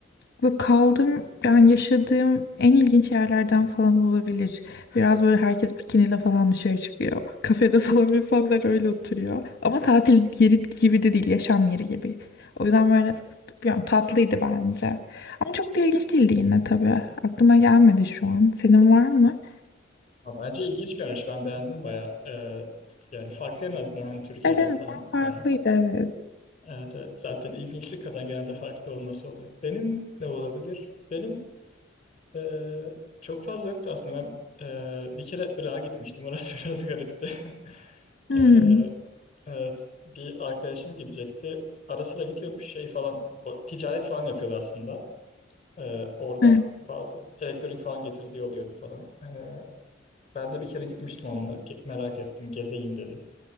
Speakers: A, on the left; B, on the left.
A: Böyle kaldığım yani yaşadığım en ilginç yerlerden falan olabilir. Biraz böyle herkes bikiniyle falan dışarı çıkıyor. <laughs> Kafede falan insanlar öyle oturuyor. Ama tatil yeri gibi de değil, yaşam yeri gibi. O yüzden böyle bilmiyorum, tatlıydı bence. Ama çok da ilginç değildi yine tabii. Aklıma gelmedi şu an. Senin var mı?
B: Ha, bence ilginç bir yermiş. Ben beğendim bayağı. Ee, yani farklı en azından hani Türkiye'den
A: Evet, en
B: falan
A: azından farklıydı
B: bayağı.
A: evet.
B: Evet evet. Zaten ilginçlik katan genelde farklı olması oluyor. Benim ne olabilir? Benim Ee, çok fazla yoktu aslında. Ben e, bir kere Irak'a gitmiştim. Orası <laughs> biraz garipti. <laughs>
A: Hmm,
B: Ee, evet. Bir arkadaşım gidecekti. Ara sıra gidiyormuş şey falan. O, ticaret falan yapıyordu aslında. Ee, oradan
A: evet.
B: bazı elektronik falan getirdiği oluyordu falan. Ee, ben de bir kere gitmiştim onunla. Ge- Merak ettim. Gezeyim dedim.